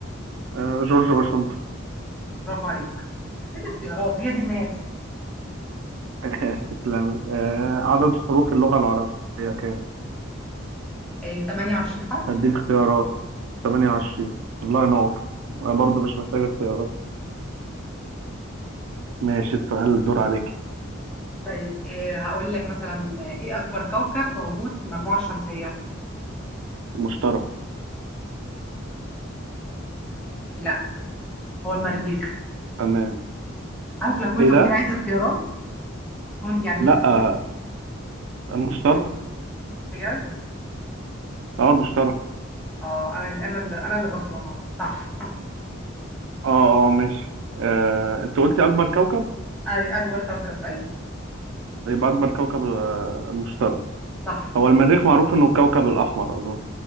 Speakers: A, on the right; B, in the centre.
A: آه جورج واشنطن
B: برافو عليك مش محتاج اختيارات هي دي الناس
A: <laughs> تسلمي آه عدد حروف اللغة العربية كام؟
B: إيه، 28 حرف
A: هديك اختيارات 28 الله ينور أنا برضه
B: أيوة.
A: مش محتاج اختيارات ماشي السؤال الدور عليك
B: طيب إيه، هقول لك مثلا ايه اكبر كوكب موجود في المجموعه الشمسيه
A: المشترك
B: لا هو المريخ
A: تمام
B: عارف لو كنت
A: ايه
B: قلت
A: ده؟
B: لي عايز اختيارات كنت يعني
A: لا آه، المشترك
B: بجد
A: اه المشترك
B: اه انا اللي انا اللي انا اللي غلطانه صح
A: اه اه ماشي آه، انت قلتي اكبر كوكب
B: <laughs> اي اكبر كوكب ايوه
A: يبقى اكبر كوكب آه، المشترك
B: صح
A: هو المريخ معروف انه الكوكب الاحمر اظن